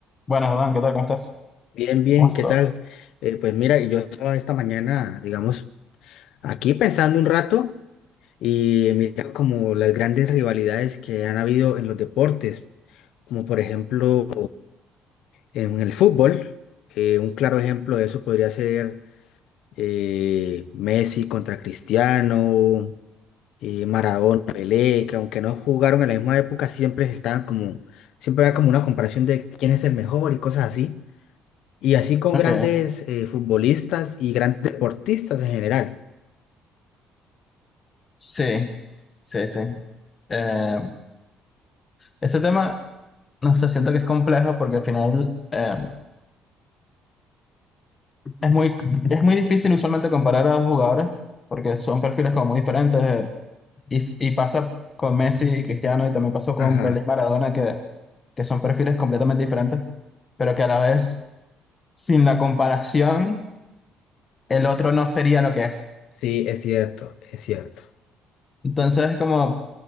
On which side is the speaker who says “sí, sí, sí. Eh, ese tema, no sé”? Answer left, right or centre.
Left